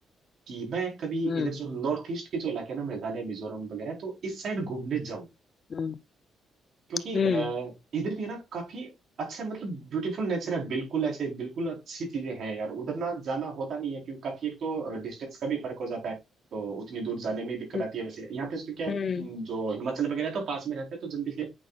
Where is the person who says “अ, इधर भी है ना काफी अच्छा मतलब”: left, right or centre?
Right